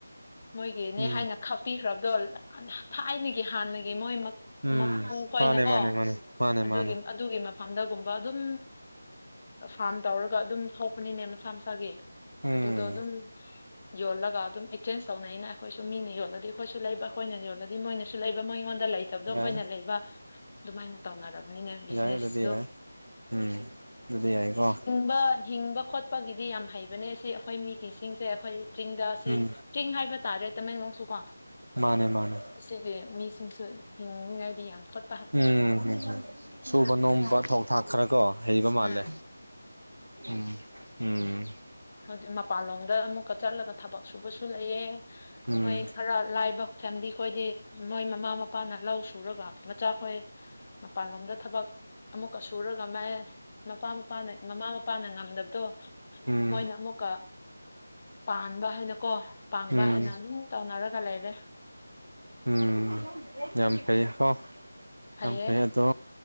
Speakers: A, on the left (about 30°); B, on the right (about 75°).
A: ꯃꯣꯏꯒꯤꯅꯦ
B: ꯎꯝ
A: ꯍꯥꯏꯅ ꯈꯛ ꯄꯤꯈ꯭ꯔꯕꯗꯣ ꯊꯥꯏꯅꯒꯤ ꯍꯥꯟꯅꯒꯤ ꯃꯣꯏꯃꯛ
B: ꯎꯝ
A: ꯃꯄꯨ ꯈꯣꯏꯅꯀꯣ
B: ꯃꯥꯅꯦ ꯃꯥꯅꯦ ꯃꯥꯅꯦ ꯃꯥꯅꯦ
A: ꯑꯗꯨꯒꯤ
B: ꯃꯥꯅꯦ
A: ꯑꯗꯨꯒꯤ ꯃꯐꯝꯗꯒꯨꯝꯕ ꯑꯗꯨꯝ ꯐꯥꯝ ꯇꯧꯔꯒ ꯑꯗꯨꯝ ꯊꯣꯛꯄꯅꯤꯅꯦ ꯃꯁꯥ ꯃꯁꯥꯒꯤ
B: ꯎꯝ
A: ꯑꯗꯨꯗꯣ ꯑꯗꯨꯝ ꯌꯣꯜꯂꯒ ꯑꯗꯨꯝ ꯑꯦꯛꯆꯦꯟꯖ ꯇꯧꯅꯩꯅ ꯑꯩꯈꯣꯏꯁꯨ ꯃꯤꯅ ꯌꯣꯜꯂꯗꯤ ꯑꯩꯈꯣꯏꯁꯨ ꯂꯩꯕ ꯑꯩꯈꯣꯏꯅ ꯌꯣꯜꯂꯗꯤ ꯃꯣꯏꯅꯁꯨ ꯂꯩꯕ ꯃꯣꯏꯉꯣꯟꯗ ꯂꯩ ꯇꯕꯗꯣ
B: ꯌꯥꯏ
A: ꯑꯩꯈꯣꯏꯅ ꯂꯩꯕ ꯑꯗꯨꯃꯥꯏꯅ ꯇꯧꯅꯔꯕꯅꯤꯅꯦ ꯕꯤꯖꯤꯅꯦꯁꯗꯣ
B: ꯌꯥꯏ ꯑꯗꯨꯗꯤ ꯌꯥꯏ ꯎꯝ ꯗꯨꯗꯤ ꯌꯥꯏꯒꯣ
A: ꯕ ꯍꯤꯡꯕ ꯈꯣꯠꯄꯒꯤꯗꯤ ꯌꯥꯝ ꯍꯩꯕꯅꯦ ꯁꯤ ꯑꯩꯈꯣꯏ ꯃꯤꯒꯩꯁꯤꯡꯁꯦ ꯑꯩꯈꯣꯏ ꯆꯤꯡꯗ ꯁꯤ
B: ꯎꯝ
A: ꯆꯤꯡ ꯍꯥꯏꯕ ꯇꯥꯔꯦ ꯇꯃꯦꯡꯂꯣꯡꯁꯨ ꯀꯣ
B: ꯃꯥꯅꯦ ꯃꯥꯅꯦ
A: ꯑꯁꯤꯒꯤ ꯃꯤꯁꯤꯡꯁꯨ ꯍꯤꯡꯅꯤꯉꯥꯏꯗꯤ ꯌꯥꯝ ꯍꯣꯠ
B: ꯎꯝ ꯁꯨꯕ
A: ꯌꯥꯝ
B: ꯅꯣꯝꯕ ꯊꯣꯛ ꯊꯥꯛ ꯈꯔ ꯀꯣ ꯍꯩꯕ ꯃꯥꯜꯂꯦ
A: ꯎꯝ
B: ꯎꯝ ꯎꯝ ꯎꯝ
A: ꯍꯧꯗꯤ ꯃꯄꯥꯟꯂꯣꯝꯗ ꯑꯃꯨꯛꯀ ꯆꯠꯂꯒ ꯊꯕꯛ ꯁꯨꯕꯁꯨ ꯂꯩꯌꯦ
B: ꯎꯝ
A: ꯃꯣꯏ ꯈꯔ ꯂꯥꯏꯕ ꯐꯦꯃꯤꯂꯤ ꯈꯣꯏꯗꯤ ꯃꯣꯏ ꯃꯃꯥ ꯃꯄꯥꯅ ꯂꯧ ꯁꯨꯔꯒ ꯃꯆꯥꯈꯣꯏ ꯃꯄꯥꯟꯂꯣꯝꯗ ꯊꯕꯛ ꯀ ꯁꯨꯔꯒ ꯃꯥꯏ ꯃꯄꯥ ꯃꯄꯥꯅ ꯃꯃꯥ ꯃꯄꯥꯅ ꯉꯝꯗꯕꯗꯣ
B: ꯎꯝ
A: ꯃꯣꯏꯅ ꯑꯃꯨꯛꯀ ꯄꯥꯟꯕ ꯍꯥꯏꯅꯀꯣ ꯄꯥꯡꯕ
B: ꯎꯝ ꯎꯝ
A: ꯍꯥꯏꯅ ꯑꯗꯨꯝ ꯇꯧꯅꯔꯒ ꯂꯩꯔꯦ꯫
B: ꯎꯝ ꯌꯥꯝ ꯐꯩꯌꯦꯈꯣ
A: ꯐꯩꯌꯦ
B: ꯌꯥꯝ ꯐꯩ ꯑꯗꯣ